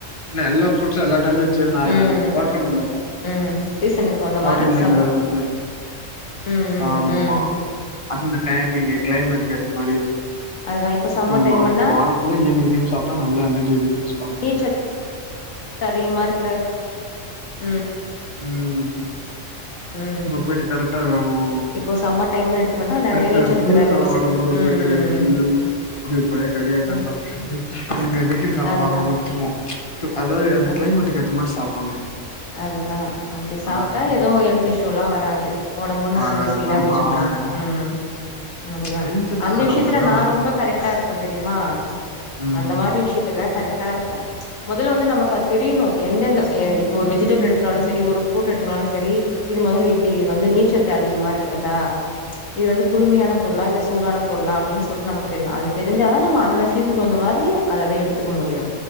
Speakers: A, on the left; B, on the left.
A: நா எல்லா புஃருட்ஸ் எல்லா டைம்ல ஜீர்ணோ ஆகுதா
B: ம்.
A: எதாது வாட்டர்மிலனு
B: ம். சீசனுக்கு தகுந்த
A: வாட்டர்மிலன்னு
B: மாரி சமம்.
A: <inaudible>
B: ம்.
A: ஆமா
B: ம். ம்.
A: அதுவு இந்த டைமிங் கிளைமேட்டுக்கு ஏத்தா மாரி
B: அதுதா இப்ப சம்மர் டைமுன்னா
A: மா இப்ப வாழ பழோ ஈவ்னிங் டைம் சாப்டா நல்லா எனர்ஜிய ரீ பிரெஷ்
B: நீர்ச்சத் ததிகமா இருக்குற ம்
A: ம்
B: ம்.
A: இப்ப போயிட்டு கரெக்டா அவோம்
B: இப்போ சம்மர் டைம்னு எடுத்துக்கோனா நெறைய
A: கரெக்டா
B: நீச்சல் இருக்கிற
A: குளர்
B: ஃப்ரூட்ஸ்
A: காலோ வரும்போது
B: எடு ம்
A: போயிட்டு
B: ம்
A: சில்லுனு இது கொய்யாக்கா கிய்யக்க
B: ம் ம்
A: சாப்டு எங்க வெயில் காலோ
B: அதுதா
A: வரும் போது திரும்போ அதாது அந்த
B: அது
A: கிளைமேட்டுக்கு ஏத்த மாரி சாப்
B: அதுதா அப்டி சாப்டா
A: இருக்கு
B: எது ஹெல்த் இஷ்யூ எல்லா வராது ஒடம்போ இன்னு
A: வராது
B: கொஞ்சோ சீரா
A: நம்ப
B: வச்சுக்கலா
A: ஆமா
B: அ ம் ம் அதுதா
A: ஹெல்த்து தா
B: அந்த விஷயத்துல
A: நம்ம என்ன
B: நா
A: வறுப்போ
B: ரொம்ப கரெக்டா இருப்பே தெரியுமா
A: ம்
B: அந்த மாரி விஷயத்துல கரெக்ட்டா இருப்பே மொதல்ல வந்து நமக்கு அது தெரியுணு எந்தெந்த ஏ இப்போ ஒரு வெஜிடேபிள் எடுத்துட்டாலு செரி ஒரு ஃப்ரூட் எடுத்துக்குனாலு செரி இது மொதல்ல எப்டி இது வந்து நீர்ச்சத்து அதிகமா இருக்கறதா இது வந்து குளுமையான பொருளா இல்ல சூடான பொருளா அப்டின்னு சொல்லிட்டு நமக் தெரினு அது தெரிஞ்ச தா நம்ம அந்த சீசன் தகுந்த மாரி அதவே எடுத்துக்க முடியு